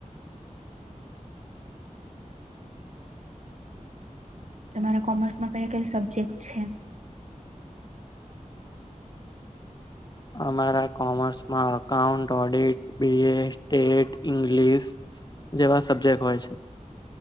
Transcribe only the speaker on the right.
તમારા કોમર્સમાં કયા કયા સબ્જેક્ટ છે?